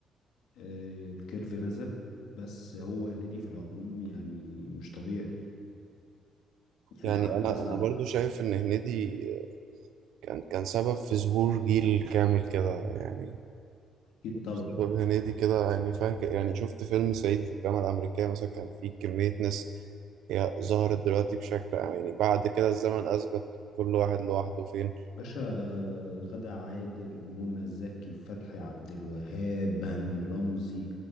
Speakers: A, on the left; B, on the right.
A: آه الكيرف نزل بس هو هنيدي في العموم يعني مش طبيعي يعني
B: يعني
A: حتى
B: انا
A: سع-
B: انا برضو شايف ان هنيدي كان كان سبب في ظهور جيل كامل كده يعني
A: اكيد طبعا
B: سبب هنيدي كده يعني فاكر يعني شفت فيلم صعيدي في الجامعه الامريكيه مثلا كان فيه كميه ناس هي ظهرت دلوقتي بشكل عام. يعني بعد كده الزمن اثبت كل واحد لوحده فين
A: باشا آه، غادة عادل منى زكي فتحي عبد الوهاب هاني رمزي